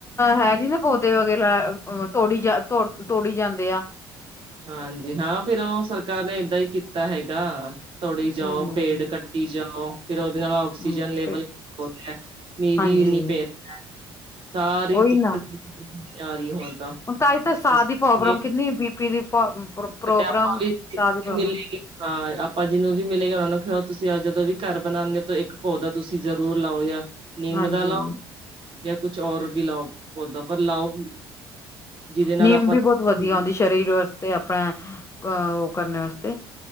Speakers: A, on the left; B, on the right.
A: ਹੈ ਨੀ ਨਾ ਪੌਦੇ ਵਗੇ ਤੋੜੀ ਤੋੜੀ ਜਾਂਦੇ ਆ
B: ਹਾਂਜੀ ਹਾਂ ਫਿਰ ਉਹ ਸਰਕਾਰ ਨੇ ਇਦਾਂ ਹੀ ਕੀਤਾ ਹੈਗਾ ਤੋੜੀ ਜਾਓ
A: ਹਮ
B: ਪੇਡ ਕੱਟੀ ਜਾਓ ਫਿਰ ਉਹਦੇ ਨਾਲ ਆਕਸੀਜਨ
A: ਹਮ
B: ਲੈਵਲ <unintelligible>
A: ਹਾਂਜੀ
B: ਸਾਰੀ
A: ਉਹੀ
B: ਦਿੱਕਤ
A: ਨਾ
B: ਨਹੀਂ ਆ ਰਹੀ ਹੁਣ ਤਾਂ
A: ਹੁਣ ਤਾਂ ਸਾਹ
B: ਇਸ
A: ਦੀ
B: ਕਰਕੇ
A: ਪ੍ਰੋਬਲਮ ਕਿੰਨੀ ਬੀਪੀ ਦੀ ਪ੍ਰੋਬਲਮ
B: ਆਪਾਂ ਵੀ
A: ਸਾਹ ਦੀ ਪ੍ਰੋਬਲਮ
B: ਮਿਲੇਗੇ ਆਪਾਂ ਜਿਹਨੂੰ ਵੀ ਮਿਲੇਗਾ ਉਨੂੰ ਕਹੋ ਤੁਸੀਂ ਤੇ, ਅੱਜ ਜਦੋਂ ਵੀ ਘਰ ਬਣਾਂਦੇ ਤੋ, ਇੱਕ ਪੌਦਾ ਤੁਸੀਂ ਜਰੂਰ ਲਾਓ, ਜਾ ਨੀਮ
A: ਹਾਂਜੀ
B: ਦਾ ਲਾਓ ਯਾ ਕੁਝ ਔਰ ਵੀ ਲਾਓ, ਪੌਦਾ ਪਰ ਲਾਓ ਜਿਹਦੇ ਨਾਲ
A: ਨੀਮ
B: ਆਪਾਂ
A: ਵੀ ਬਹੁਤ ਵਧੀਆ
B: ਹੂੰ
A: ਹੋਂਦੀ ਸ਼ਰੀਰ ਵਾਸਤੇ, ਆਪਣਾ ਓ--ਕਰਨ ਵਾਸਤੇ।